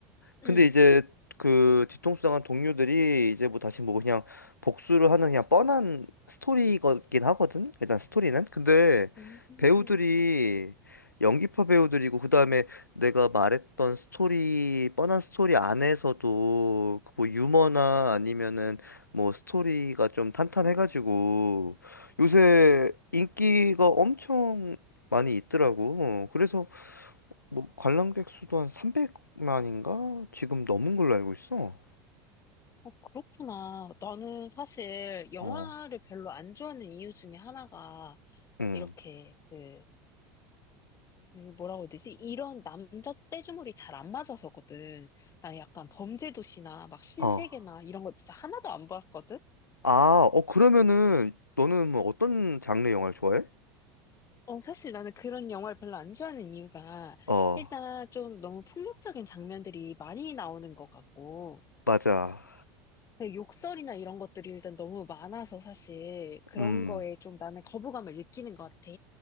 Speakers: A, on the left; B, on the left.
A: 근데
B: 응.
A: 이제 그 뒤통수 당한 동료들이 이제 뭐 다시 뭐 그냥 복수를 하는 그냥 뻔한 스토리이긴 하거든. 일단 스토리는. 근데
B: 음,
A: 배우들이 연기파 배우들이고 그다음에 내가 말했던 스토리 뻔한 스토리 안에서도 그뭐 유머나 아니면은 뭐 스토리가 좀 탄탄해가지고 요새 인기가 엄청 많이 있더라고. 어, 그래서 뭐 관람객 수도 한 300만인가? 지금 넘은 걸로 알고 있어.
B: 어, 그렇구나. 나는 사실 영화를
A: 어.
B: 별로 안 좋아하는 이유 중에 하나가
A: 응.
B: 이렇게 그, 그 뭐라고 해야 되지? 이런 남자 떼주물이 잘 안 맞아서거든. 나 약간 범죄도시나 막 신세계나
A: 어.
B: 이런 거 진짜 하나도 안 봤거든?
A: 아, 어 그러면은 너는 뭐 어떤 장르 영화를 좋아해?
B: 어, 사실 나는 그런 영화를 별로 안 좋아하는 이유가
A: 어,
B: 일단 좀 너무 폭력적인 장면들이 많이 나오는 것 같고
A: 맞아.
B: 그 욕설이나 이런 것들이 일단 너무 많아서 사실 그런
A: 음.
B: 거에 좀 나는 거부감을 느끼는 것 같아.